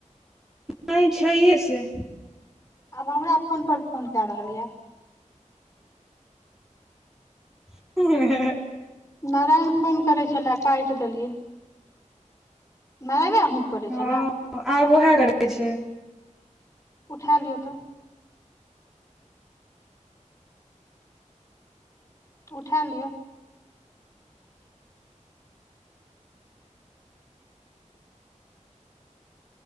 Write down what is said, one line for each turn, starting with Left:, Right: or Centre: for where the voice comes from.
Centre: नय छैय हे से
Left: आब हमरा फोन पर फोन कैय रहल यऽ
Centre: <unintelligible>
Left: नारायण फोन करै छलैह काएट देलियै नय - नय आहुक करय
Centre: हँ
Left: छेलैय
Centre: आब उएह करै छै
Left: उठा लियो तऽ उठा लियै